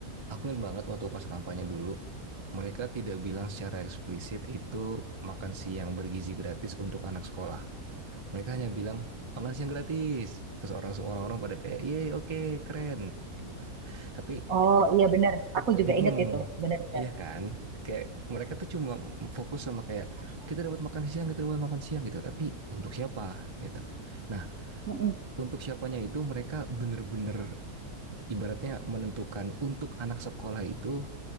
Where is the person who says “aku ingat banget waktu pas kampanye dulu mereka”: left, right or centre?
Right